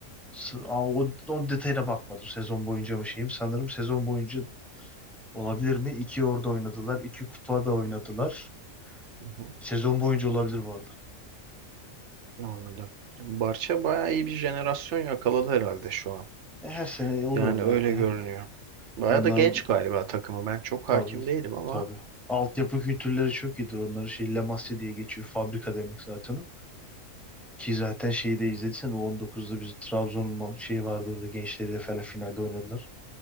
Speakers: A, in the centre; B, on the right.
A: S- Aa, O, o detayına bakmadım sezon boyunca mı şeyim. Sanırım sezon boyunca olabilir mi? İki orada oynadılar. iki kupa da oynadılar.
B: Hı hı,
A: Sezon boyunca olabilir bu arada.
B: Anladım. Barça bayağı iyi bir jenerasyon yakaladı herhalde şu an.
A: E, Her sene olur
B: Yani
A: onlar
B: öyle
A: da
B: görünüyor.
A: ya.
B: Bayağı
A: Onların
B: da genç galiba takımı. Ben çok
A: Tabii.
B: hakim değilim ama.
A: Tabii. Altyapı kültürleri çok iyidir. Onların şey Lamasya diye geçiyor. Fabrika demek zaten o. Ki zaten şeyi de izlediysen o on dokuzda biz Trabzon'un ma- şeyi vardı orada gençleriyle falan finalde oynadılar.